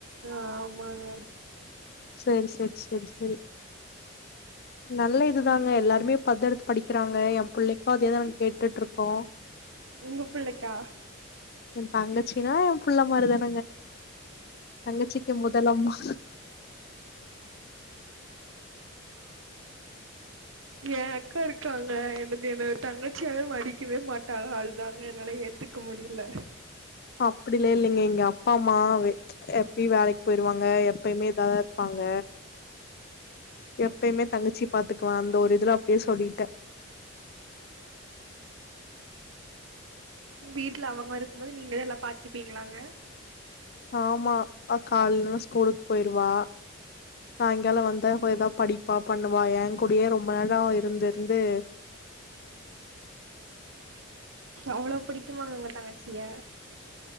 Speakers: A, on the right; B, on the left.
A: அ ஆமாங்க
B: சேரி சேரி சேரி செரி நல்ல இதுதாங்க எல்லாருமே இப்ப அதா எடுத்து படிக்கிறாங்க எ பிள்ளை அத கேட்டுட்டு இருக்கோ
A: உங்க பிள்ளைக்கா
B: என் தங்கச்சின்னா என் புள்ள மாரிதான தங்கச்சிக்கு முதலம்மா
A: ஏ அக்கா இருக்காங்க என்னது என்ன தங்கச்சியாவே மதிக்கவே மாட்டாங்கா அதுதாங்க என்னால ஏத்துக்க முடில
B: அப்படிலால்லைங்க எங்கப் பாமா வெ எப்பயூ வேலைக்கு போயிருவாங்க எப்பயுமே இதாதா இருப்பாங்க எப்பயுமே தங்கச்சி பாத்துக்குவா அந்த ஒரு இதுல தே சொல்லிட்டே
A: வீட்ல அவுங்க இருக்கும்போது நீங்கதா எல்லா பாத்துப்பீங்களாங்க
B: ஆமா அ காலைலன்னா ஸ்கூலுக் போயிருவா சாய்ங்காலோ வந்தா ஏதா படிப்பா பண்ணுவா ஏங் கூடயே ரொம்ப அழகா இருந்திருந்து
A: அவ்ளோ புடிக்குமாங்க உங்க தங்கச்சிய